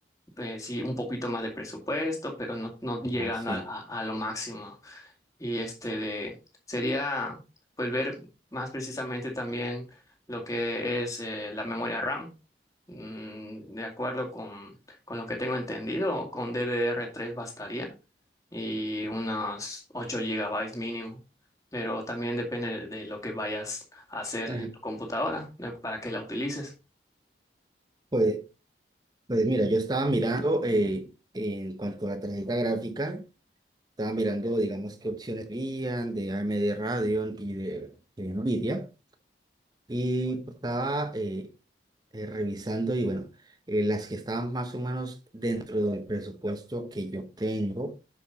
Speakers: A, on the left; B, on the right.
A: pues, sí, un poquito más de presupuesto, pero no, no llegan
B: Ah, sí.
A: a, a- a lo máximo. Y este de, sería, pues, ver más precisamente también lo que es eh, la memoria RAM. Mm, de acuerdo con, con lo que tengo entendido, con DDR3 bastaría y unos 8 gigabytes mínimo, pero también depende de, de lo que vayas a hacer
B: Ajá.
A: en tu computadora, de- para que la utilices.
B: Pues, pues mira, yo estaba mirando eh, en cuanto a la tarjeta gráfica, estaba mirando, digamos, qué opciones habían de AMD Radeon y de, de Nvidia. Y pues, estaba eh, eh, revisando y bueno, eh, las que estaban más o menos dentro del presupuesto que yo tengo